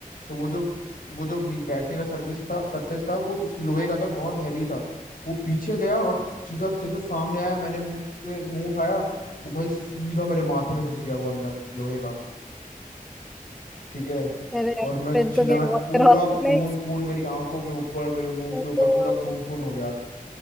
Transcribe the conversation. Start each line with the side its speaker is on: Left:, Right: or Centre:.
Left: तो वो जो वो जो नी- बैठने का सर्विस था सरफेस था वो इस लोहे का था बहुत हैवी था वो पीछे गया और सीधा जैसे सामने आया मैंने मुंह से मुंह उठाया वो भाई सीधा मेरे माथे में घुस गया वो अंदर लोहे का ठीक है
Centre: अरे यार,
Left: और मैं
Centre: फिर
Left: चिल्ला
Centre: तो क्या हुआ?
Left: पूरा
Centre: फिर hospitalized
Left: खून खून मेरी आंखों के ऊपर मेरे मुंह
Centre: तो
Left: के ऊपर
Centre: तो-
Left: पूरा खून खून हो गया